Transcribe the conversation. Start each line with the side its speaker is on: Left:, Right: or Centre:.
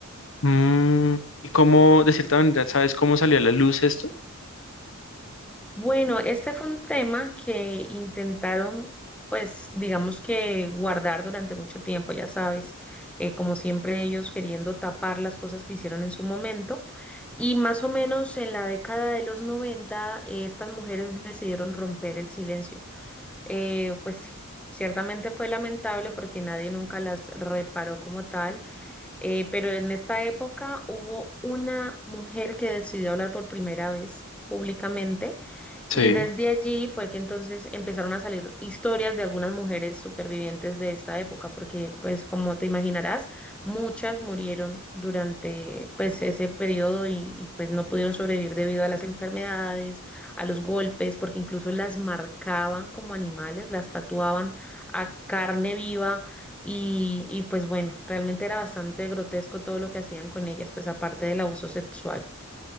Left: Mm, ¿y cómo, de cierta manera, sabes cómo salió a la luz esto?
Centre: Bueno, este fue un tema que intentaron, pues, digamos que guardar durante mucho tiempo, ya sabes, eh, como siempre ellos queriendo tapar las cosas que hicieron en su momento. Y más o menos en la década de los 90, eh, estas mujeres decidieron romper el silencio. Eh, pues ciertamente fue lamentable porque nadie nunca las reparó como tal, eh, pero en esta época hubo una mujer que decidió hablar por primera vez públicamente
Left: Sí,
Centre: y desde allí fue que entonces empezaron a salir historias de algunas mujeres supervivientes de esta época, porque pues como te imaginarás, muchas murieron durante pues ese periodo y, y, pues no pudieron sobrevivir debido a las enfermedades, a los golpes, porque incluso las marcaban como animales, las tatuaban a carne viva y, y pues bueno, realmente era bastante grotesco todo lo que hacían con ellas, pues aparte del abuso sexual.